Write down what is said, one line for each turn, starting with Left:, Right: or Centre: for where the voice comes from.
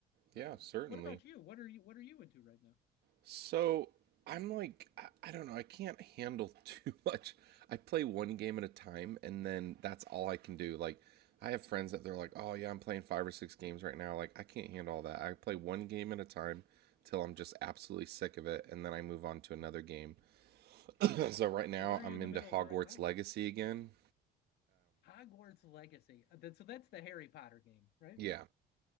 Right: Yeah,
Left: Uh,
Right: certainly.
Left: what about you? What are you What are you into right now?
Right: So, I'm like, I, I don't know, I can't handle <laughs> too much. I play one game at a time, and then that's all I can do. Like, I have friends that they're
Left: Mm-hmm.
Right: like, oh, yeah, I'm playing five or six games right now. Like, I can't handle all that. I play one game at a time till I'm just absolutely sick of it, and then I move on to another
Left: Mm-hmm.
Right: game. <laughs> <clears throat> So, right now,
Left: So what are
Right: I'm
Left: you in
Right: into
Left: the middle
Right: Hogwarts
Left: of right now?
Right: Legacy again.
Left: Hogwarts Legacy. Uh, so that's the Harry Potter game, right?
Right: Yeah.